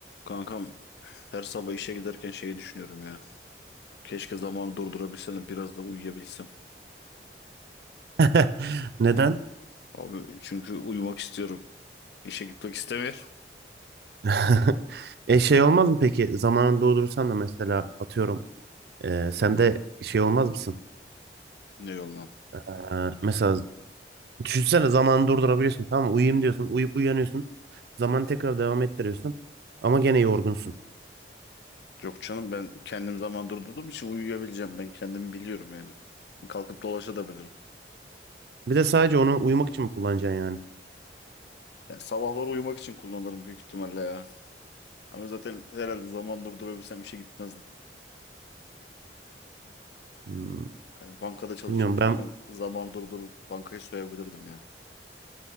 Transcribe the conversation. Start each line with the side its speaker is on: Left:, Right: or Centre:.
Left: Kankam her sabah işe giderken şeyi düşünüyorum ya. Keşke zamanı durdurabilsem de biraz da uyuyabilsem.
Right: <laughs> Neden?
Left: Abi çünkü uyumak istiyorum. İşe gitmek istemiyorum.
Right: <laughs> E şey olmaz mı peki? Zamanını doldurursan da mesela atıyorum. e, sen
Left: Hı,
Right: de şey olmaz mısın?
Left: Ne olmam?
Right: E, mesela düşünsene zamanı durdurabiliyorsun tamam mı? Uyuyayım diyorsun. Uyuyup uyanıyorsun. Zamanı tekrar devam ettiriyorsun. Ama gene yorgunsun.
Left: Yok canım ben kendim zaman durdurduğum için uyuyabileceğim. Ben kendimi biliyorum yani. Kalkıp dolaşabilirim.
Right: Bir de sadece onu uyumak için mi kullanacaksın yani?
Left: Yani sabahları uyumak için kullanırım büyük ihtimalle ya. Ama zaten herhalde zaman durdurabilsem işe gitmezdim.
Right: Hmm,
Left: Yani bankada çalışıyorum
Right: bilmiyorum ben
Left: zaten. Zamanı durdurup bankayı soyabilirdim ya.